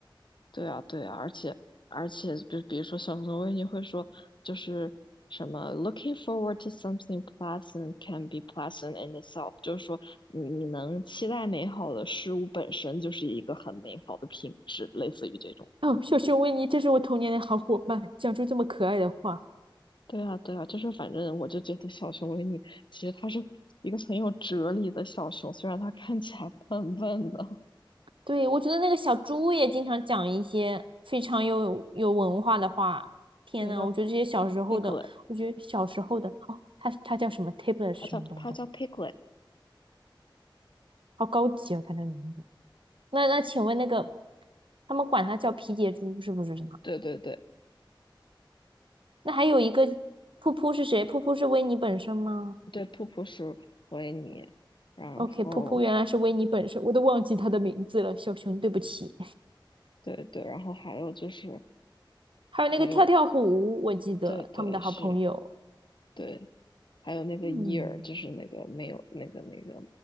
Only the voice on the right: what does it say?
哦，小熊维尼，这是我童年的好伙伴，讲出这么可爱的话。
对，我觉得那个小猪也经常讲一些非常有有文化的话。天呐，
我觉得这些小时候的，
我觉得小时候的，好、哦他他叫什么？tablet
是什么东东？
好高级哦，它的名字。那那请问那个，他们管他叫皮杰猪是不是什么？
那还有一个噗噗是谁？噗噗是维尼本身吗
？OK，噗噗原来是维尼本身，我都忘记他的名字了，小熊，对不起。
还有那个跳跳虎，
我记得他们的好朋友，
嗯。